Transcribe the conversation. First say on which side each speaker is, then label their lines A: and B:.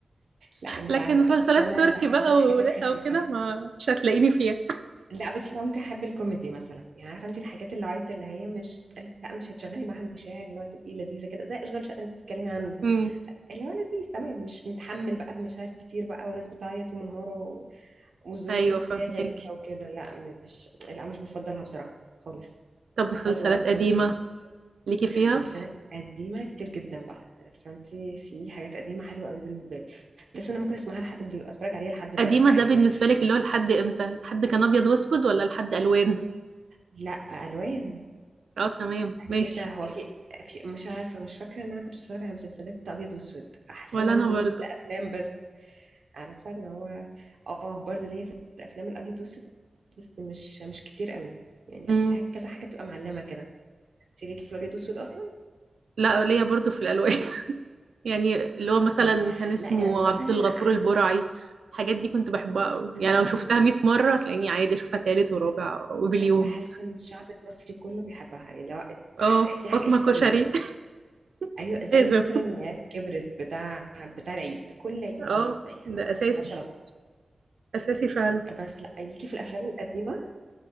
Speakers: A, on the right (about 70°); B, on the right (about 85°).
A: لا يعني مش
B: لكن
A: عارفه
B: مسلسلات
A: بحس ان انا
B: تركي
A: بحب
B: بقى
A: الحاجات
B: ورقة
A: الخفيفه
B: وكده ما مش هتلاقيني فيها
A: لا بس يبقى ممكن احب الكوميدي مثلا يعني عارفه انت الحاجات اللايت اللي هي مش لا مش هتشغلي معاها مشاعر اللي هو تبقي لذيذه كده زي اشغال شقه انت بتتكلمي عنها
B: امم
A: اللي هو لذيذ تمام مش متحمل بقى بمشاعر كتير بقى وناس بتعيط ومنهارة و... وظروف
B: ايوه
A: نفسية
B: فاهمك
A: غريبة وكده لا مش لا مش بفضلها بصراحة خالص
B: طب مسلسلات
A: بحسها بتضغطني
B: قديمة
A: نفسيا
B: ليكي فيها
A: مسلسلات قديمة كتير جدا بقى فانتي في حاجات قديمة حلوة قوي بالنسبة لي بس انا ممكن اسمعها لحد دلوقتي اتفرج عليها لحد دلوقتي
B: قديمة
A: عادي
B: ده بالنسبة
A: ما عنديش مشكلة
B: لك اللي هو لحد امتى لحد كان ابيض واسود ولا لحد الوان
A: لا الوان
B: <laughs> اه تمام
A: ايه
B: ماشي
A: ده هو في في مش عارفة مش فاكرة ان انا كنت بتفرج على مسلسلات ابيض واسود احس
B: ولا
A: ان ابيض
B: انا
A: واسود
B: برضو
A: ده افلام بس عارفه اللي هو اه برضو ليا في الافلام الابيض والاسود بس مش مش كتير قوي يعني
B: امم
A: في حاجه كذا حاجه بتبقى معلمه كده انت ليكي في الابيض والاسود اصلا
B: لا ليا برضو في الالوان <laughs> يعني اللي هو مثلا
A: مم.
B: كان اسمه
A: لا يعني مثلا
B: عبد الغفور
A: عارفه
B: البرعي الحاجات دي كنت بحبها قوي يعني
A: اه
B: لو شفتها 100 مرة هتلاقيني عادي اشوفها تالت ورابع وبليون
A: بحس ان الشعب المصري كله بيحبها يعني لو
B: اه
A: هتحسيها
B: فاطمة
A: حاجه اساسيه
B: كشري
A: كده
B: <laughs>
A: ايوه زي
B: لازم
A: مثلا العيال كبرت بتاع بتاع العيد كل عيد
B: اه
A: لازم تسمعيها ما
B: ده اساسي
A: ملهاش علاقه
B: اساسي فعلا
A: بس لا ليكي في الافلام القديمه